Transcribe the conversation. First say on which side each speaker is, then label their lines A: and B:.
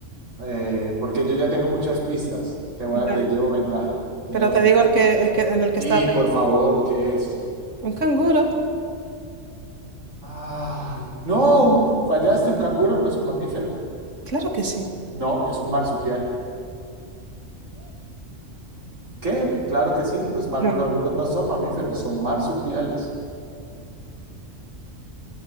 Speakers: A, on the right; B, on the right.
A: eh, porque yo ya tengo muchas pistas. Te voy
B: Vale,
A: a- te llevo ventaja. Teníamos
B: pero te
A: que
B: digo
A: empezar.
B: el que, el que, en el que
A: Sí,
B: estaba pensando.
A: por favor, ¿qué es?
B: ¿Un canguro?
A: Ay, no, un- fallaste, un canguro no es un mamífero.
B: Claro que sí.
A: No, es un marsupial. ¿Qué? Claro que sí, los ma-
B: No, no,
A: canguros no son mamíferos, son marsupiales.